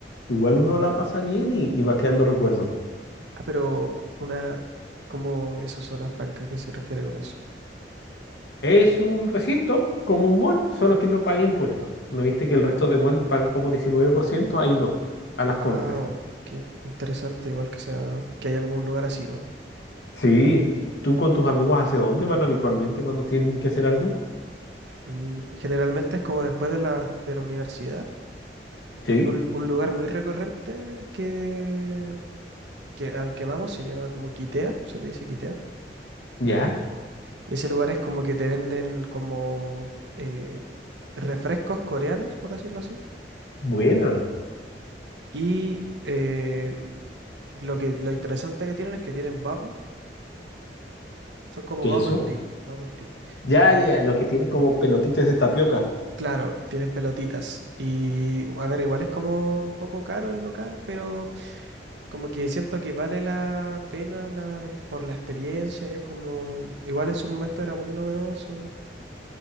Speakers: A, on the left (about 75°); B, on the right (about 85°).
A: igual uno la pasa bien y, y va creando recuerdos.
B: Ah, pero una, ¿cómo eso, zona franca, ¿qué se refiere con eso?
A: Es un recinto, como un mall, solo que no paga impuestos. ¿No viste que el resto de mall paga como diecinueve por ciento Ahí no, a
B: Wow,
A: las compras.
B: qué in- interesante, igual que sea, que haya como un lugar así, ¿no?
A: Sí, ¿tú con tus amigos hacia dónde van habitualmente cuando tienen que hacer algo?
B: Mm, Generalmente es como después de la, de la universidad.
A: Sí.
B: Un, un lugar muy recurrente que, que al que vamos se llama como Quitea, se le dice Quitea.
A: ¿Ya?
B: Y ese lugar es como que te venden como eh, refrescos coreanos, por decirlo así.
A: Buena.
B: Y em, lo que, lo interesante que tienen es que tienen bubble, son como
A: ¿Qué
B: bubble
A: es eso?
B: tea, bubble tea.
A: Ya, ya, ya, los que tienen como pelotitas de tapioca.
B: Claro, tienen pelotitas. Y a ver, igual es como un poco caro el local, pero como que siento que vale la pena la, ex- por la experiencia. Y es como, igual en su momento era muy novedoso.